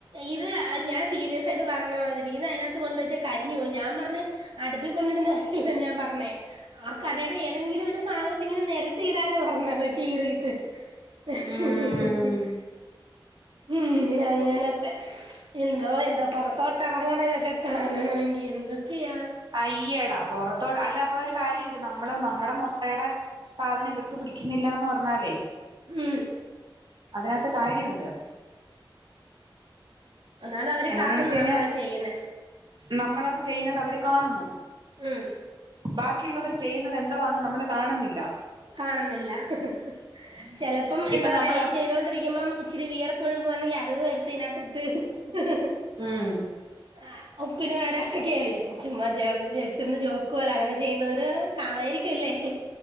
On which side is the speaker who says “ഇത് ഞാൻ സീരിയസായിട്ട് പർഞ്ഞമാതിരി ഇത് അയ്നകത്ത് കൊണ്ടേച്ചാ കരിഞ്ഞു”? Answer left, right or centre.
Right